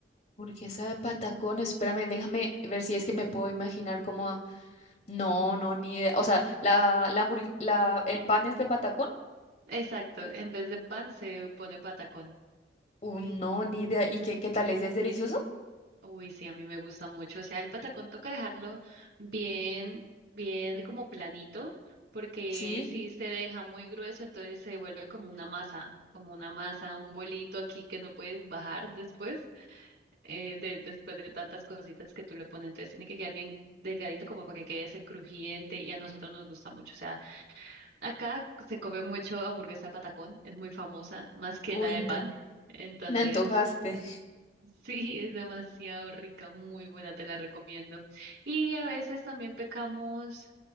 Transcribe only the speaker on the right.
Exacto, en vez de pan se pone patacón.
Uy, sí, a mí me gusta mucho. O sea, el patacón toca dejarlo bien, bien como planito, porque
si se deja muy grueso, entonces se vuelve como una masa, como una masa, un bolito aquí que no puedes bajar después. eh, de, después de tantas cositas que tú le pones. Entonces tiene que quedar bien delgadito como para que quede ese crujiente y a nosotros nos gusta mucho. O sea, acá se come mucho hamburguesa de patacón, es muy famosa, más que
la de
pan. Entonces,
<laughs> sí, es demasiado rica, muy buena, te la recomiendo. Y a veces también pecamos